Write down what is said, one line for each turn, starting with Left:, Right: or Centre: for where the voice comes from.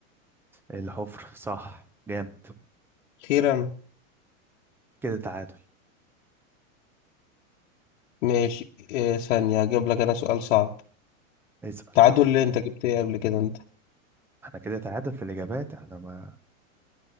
Centre: الحفر صح جامد
Left: أخيرا
Centre: كده تعادل
Left: ماشي إيه ثانية هجيب لك أنا سؤال صعب
Centre: اسأل
Left: تعادل ليه أنت جبت إيه قبل كده أنت؟
Centre: احنا كده تعادل في الإجابات احنا ما